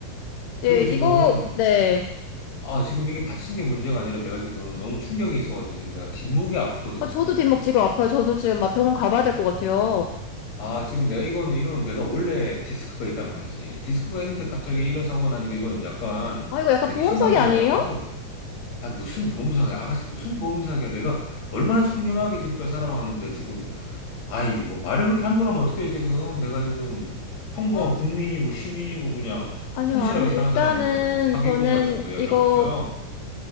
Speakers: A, on the left (about 60°); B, on the left (about 85°).
A: 그리고
B: 예, 이거,
A: 지금,
B: 네.
A: 아, 지금 이게 받친 게 문제가 아니라 내가 지금 너무 충격이 있어가지고 지금 내가 뒷목이 아프거든,
B: 아,
A: 지금.
B: 저도 뒷목지가 아파요. 저도 지금 막 병원 가봐야 될 것 같아요.
A: 아, 지금 내가 이거는 이런, 내가 원래 디스크가 있단 말이지. 디스크가 있는데 갑자기 이런 사고가 나니까 이건 약간
B: 아, 이거 약간
A: 되게
B: 보험
A: 심각해져가지고,
B: 사기 아니에요?
A: 아, 무슨 보험사기야. 아가씨, 무슨 보험사기야. 내가 얼마나 청렴하게 지금까지 살아왔는데, 지금. 아이, 뭐, 말을 그렇게 함부로 하면 어떡해, 지금. 내가 지금 평범한
B: 어,
A: 국민이고, 시민이고, 그냥
B: 아니요,
A: 성실하게
B: 아니요.
A: 사는
B: 일단은
A: 사람한테 무슨 사기꾼
B: 저는
A: 같이 막 이야기를
B: 이거
A: 하고 있어요.